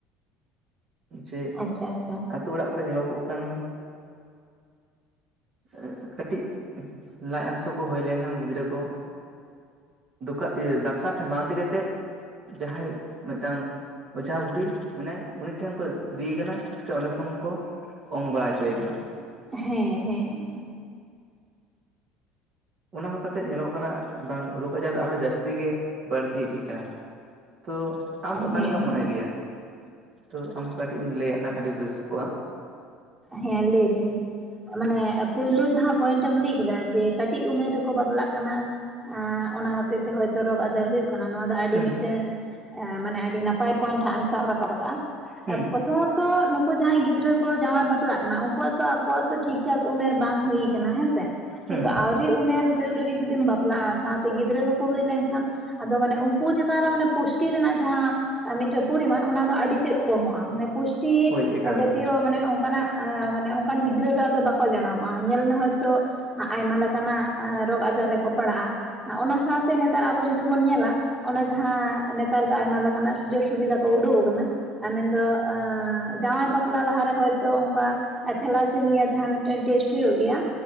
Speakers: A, on the right; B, on the right.
A: ᱡᱮ
B: ᱟᱪᱪᱷᱟ ᱟᱪᱪᱷᱟ
A: ᱟᱹᱛᱩ ᱚᱲᱟᱜ ᱠᱚᱨᱮ ᱧᱮᱞᱚᱜᱚᱜ ᱠᱟᱱ ᱮᱜ ᱠᱟᱹᱴᱤᱡ ᱞᱟᱡ ᱦᱟᱹᱥᱩ ᱠᱚ ᱦᱩᱭ ᱞᱮᱝᱠᱷᱟᱱ ᱜᱤᱫᱽᱨᱟᱹ ᱠᱚ <unintelligible> ᱤᱭᱟ. ᱫᱟᱠᱛᱟᱨ ᱴᱷᱮᱱ ᱵᱟᱝ ᱤᱫᱤ ᱠᱟᱛᱮᱫ ᱡᱟᱸᱦᱟᱸᱭ ᱢᱤᱫᱴᱟᱝ ᱚᱡᱷᱟ ᱵᱩᱲᱦᱤ ᱢᱮᱱᱟᱭ, ᱩᱱᱤ ᱩᱱᱤ ᱴᱷᱮᱱ ᱠᱚ ᱤᱫᱤᱭᱮ ᱠᱟᱱᱟ ᱥᱮ ᱚᱸᱰᱮ ᱠᱷᱚᱱ ᱠᱚ ᱚᱝ ᱵᱟᱲᱟ ᱦᱚᱪᱚᱭᱮ ᱠᱟᱱᱟ᱾
B: ᱦᱮᱸ ᱦᱮᱸ
A: ᱚᱱᱟ ᱠᱚ ᱠᱟᱛᱮᱜ ᱧᱮᱞᱚᱜ ᱠᱟᱱᱟ ᱵᱟᱝ ᱨᱳᱜᱽ ᱟᱡᱟᱨ ᱟᱨᱦᱚᱸ ᱡᱟᱹᱥᱛᱤ ᱜᱮ ᱵᱟᱹᱲᱛᱤ ᱤᱫᱤᱜ ᱠᱟᱱᱟ᱾ ᱛᱚ ᱟᱢ ᱚᱠᱟ
B: ᱦᱮᱸ
A: ᱞᱮᱠᱟᱢ ᱢᱚᱱᱮ ᱜᱮᱭᱟ, ᱛᱚ ᱟᱢᱦᱚᱸ ᱠᱟᱹᱴᱤᱡ ᱮᱢ ᱞᱟᱹᱭᱟᱜ ᱠᱷᱟᱱ ᱟᱹᱰᱤ ᱵᱮᱥ ᱠᱚᱜ-ᱟ᱾
B: ᱦᱮᱸ ᱞᱟᱹᱭᱫᱟᱹᱧ᱾ ᱢᱟᱱᱮ ᱯᱳᱭᱞᱳ ᱡᱟᱦᱟᱸ ᱯᱚᱭᱮᱱᱴ ᱮᱢ ᱞᱟᱹᱭ ᱠᱮᱫᱟ ᱡᱮ ᱠᱟᱹᱴᱤᱡ ᱩᱢᱮᱨ ᱨᱮᱠᱚ ᱵᱟᱯᱞᱟᱜ ᱠᱟᱱᱟ, ᱟᱸ ᱚᱱᱟ ᱦᱚᱛᱮ ᱛᱮ ᱦᱳᱭᱛᱳ ᱨᱳᱜᱽ ᱟᱡᱟᱨ ᱦᱩᱭᱩᱜ ᱠᱟᱱᱟ, ᱱᱚᱣᱟ ᱫᱚ ᱟᱹᱰᱤ
A: ᱦᱩᱸ
B: ᱢᱤᱫᱴᱟᱹᱝ ᱢᱟᱱᱮ ᱟᱹᱰᱤ ᱱᱟᱯᱟᱭ ᱯᱚᱭᱮᱱᱴ ᱦᱟᱸᱜ ᱮᱢ ᱥᱟᱵ ᱨᱟᱠᱟᱵ ᱟᱠᱟᱜ-ᱟ᱾
A: ᱦᱩᱸ
B: ᱯᱨᱚᱛᱷᱚ ᱢᱚ ᱛᱚ ᱱᱩᱠᱩ ᱡᱟᱦᱟᱸᱭ ᱜᱤᱫᱽᱨᱟᱹ ᱠᱚ ᱡᱟᱶᱟᱭ ᱵᱟ ᱯᱞᱟᱜ ᱠᱟᱱᱟ ᱩᱱᱠᱩᱣᱟᱜ ᱛᱚ ᱟᱠᱚᱣᱟᱜ ᱛᱚ ᱴᱷᱤᱠ ᱴᱷᱟᱠ ᱩᱢᱮᱨ ᱵᱟᱝ ᱦᱩᱭ ᱠᱟᱱᱟ ᱦᱮᱸᱥᱮ,
A: ᱦᱩᱸ
B: ᱠᱤᱱᱛᱩ ᱟᱣᱨᱤ ᱩᱢᱮᱨ ᱦᱩᱭᱩᱜ ᱨᱮᱜᱮ ᱡᱩᱫᱤᱢ ᱵᱟᱯᱞᱟᱜ-ᱟ ᱥᱟᱶᱛᱮ ᱜᱤᱫᱽᱨᱟᱹ ᱠᱚᱠᱚ ᱦᱩᱭ ᱞᱮᱝᱠᱷᱟᱱ ᱟᱫᱚ ᱢᱟᱱᱮ ᱩᱱᱠᱩ ᱪᱮᱛᱟᱱ ᱨᱮ ᱢᱟᱱᱮ ᱯᱩᱥᱴᱤ ᱨᱮᱱᱟᱜ ᱡᱟᱦᱟᱸ ᱢᱤᱫᱴᱮᱡ ᱯᱚᱨᱤᱢᱟᱱ ᱚᱱᱟ ᱫᱚ ᱟᱹᱰᱤ ᱛᱮᱫ ᱠᱚᱢᱚᱜ-ᱟ ᱢᱟᱱᱮ ᱯᱩᱥᱴᱤ
A: ᱦᱳᱭ ᱮᱠᱟᱞ
B: ᱡᱟᱛᱤᱭᱚ
A: ᱜᱮ
B: ᱢᱟᱱᱮ ᱚᱝ ᱠᱟᱱᱟᱜ ᱟᱸ ᱢᱟᱱᱮ ᱚᱝᱠᱟᱱ ᱜᱤᱫᱽᱨᱟᱹ ᱫᱚ ᱟᱫᱚ ᱵᱟᱠᱚ ᱡᱟᱱᱟᱢᱚᱜ-ᱟ, ᱧᱮᱞ ᱢᱮ ᱦᱚᱭᱛᱚ ᱦᱟᱸᱜ ᱟᱭᱢᱟ ᱞᱮᱠᱟᱱᱟᱜ ᱨᱳᱜᱽ ᱟᱡᱟᱨ ᱨᱮᱠᱚ ᱯᱟᱲᱟᱜ-ᱟ, ᱚᱱᱟ ᱥᱟᱶᱛᱮ ᱱᱮᱛᱟᱨ ᱟᱵᱚ ᱡᱩᱫᱤ ᱵᱚᱱ ᱧᱮᱞᱟ ᱚᱱᱟ ᱡᱟᱦᱟᱸ ᱱᱮᱛᱟᱨ ᱫᱚ ᱟᱭᱢᱟ ᱞᱮᱠᱟᱱᱟᱜ ᱥᱩᱡᱳᱜᱽ ᱥᱩᱵᱤᱫᱷᱟ ᱠᱚ ᱳᱰᱳᱜ ᱟᱠᱟᱱᱟ, ᱟ ᱢᱮᱱᱫᱚ ᱡᱟᱶᱟᱭ ᱵᱟᱯᱞᱟ ᱞᱟᱦᱟ ᱨᱮ ᱦᱚᱭ ᱛᱚ ᱚᱝᱠᱟ, ᱛᱷᱮᱞᱟᱥᱤᱢᱤᱭᱟ ᱡᱟᱦᱟᱸ ᱢᱤᱫᱴᱮᱱ ᱴᱮᱥᱴ ᱦᱩᱭᱩᱜ ᱜᱮᱭᱟ,